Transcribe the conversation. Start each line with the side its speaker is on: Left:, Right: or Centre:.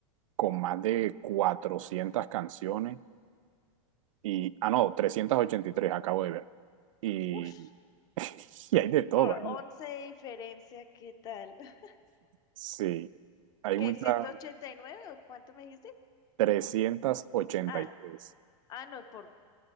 Right: con más de 400 canciones y, ah, no, 383 acabo de ver. Y,
Left: Ush,
Right: <laughs> y hay de todo.
Left: por
Right: hay
Left: 11
Right: de-
Left: de diferencia, ¿qué tal? <laughs>
Right: sí, hay
Left: ¿Qué,
Right: muchas
Left: 189 o cuánto me dijiste?
Right: trescientas ochenta
Left: Ah,
Right: y tres
Left: ah, no, por